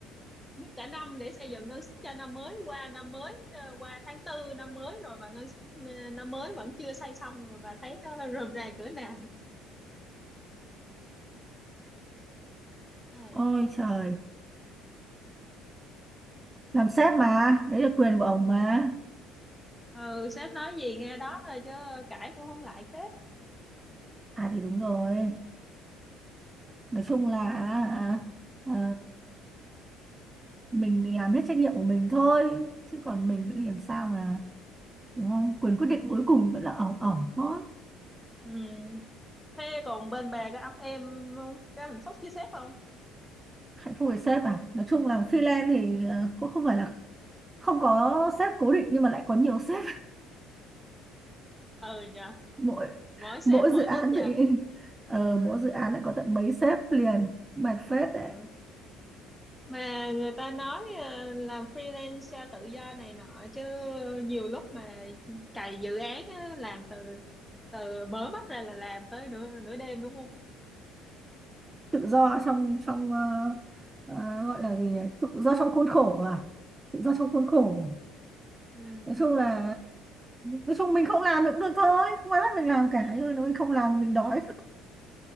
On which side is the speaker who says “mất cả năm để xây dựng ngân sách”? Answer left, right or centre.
Centre